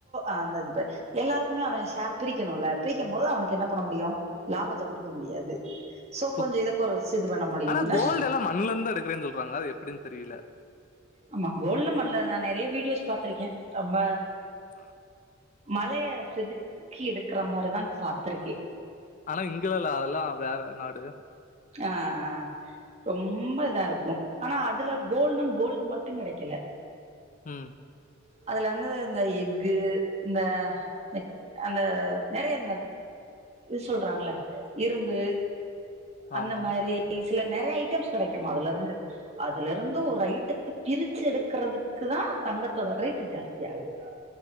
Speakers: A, on the right; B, on the left.
A: அந்த இதுப எல்லாருக்குமே அவ ஷேர் பிரிக்கணுல பிரிக்குமோது அவனுக்கு என்ன பண்ண முடியு லாபத்த குடுக்க முடியாது சோ கொஞ்சம்
B: இப்
A: இதை குறைச்சு இது பண்ண முடியும்ல
B: ஆனா கோல்டுல்லா மண்லந்து எடுக்கறே சொல்றாங்க அது எப்டின் தெரில
A: ஆமா கோல்ல மண்லதா நா நெறய வீடியோஸ் பாத்திருக்கே அம்ப
B: உ
A: மலைய செது கீ எடுக்கற மார்தா பாத்துருக் கி
B: ஆனா இங்கல்லா இல்ல அதல்லா வேற நா டு
A: ஆ ஆ ரொம்ப இதா இருக்கு ஆனா அதுல கோல்டுனா கோல்டு மட்டுங் கெடைக்கல
B: ம்
A: அதுல வந்து இந்த எஃகு இந்த ந்த அந்த நெறைய இந்த இது சொல்றாங்கல்ல இரும்பு அந்த
B: ஆமா
A: மாரி சில நெறைய ஐட்டம்ஸ் கெடைக்குமா அதுலிருந்து அது ல இருந்து ஒரு ஐட்டத்த பிரி ச்சு எடுக்கறதுக்குதா தங்கத்தோட ரேட்டு ஜாஸ்தி ஆகுது